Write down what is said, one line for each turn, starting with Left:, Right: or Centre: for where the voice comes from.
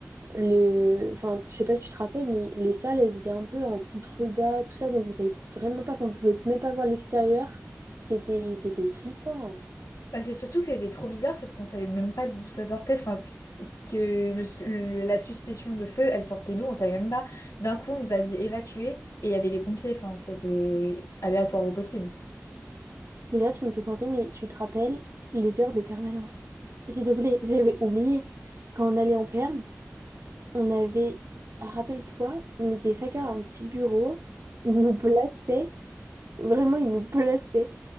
Right: le. Enfin, je sais pas si tu te rappelles, mais les salles, elles étaient un peu en contrebas, tout ça. Donc, on savait vraiment pas. Enfin, on pouvait même pas voir l'extérieur. C'était, c'était flippant.
Left: Bah, c'est surtout que c'était trop bizarre parce qu'on savait même pas d'où ça sortait. Enfin, c- ce que le- le- la suspicion de feu, elle sortait d'où? On savait même pas. D'un coup, on nous a dit évacuer et il y avait les pompiers. Enfin, c'était aléatoire au possible.
Right: Mais là, tu me fais penser, mais tu te rappelles les heures de permanence. S'il te plaît, j'avais oublié. Quand on allait en perm, on avait, rappelle-toi, on était chacun à un petit bureau. Ils nous plaçaient, vraiment, ils nous plaçaient.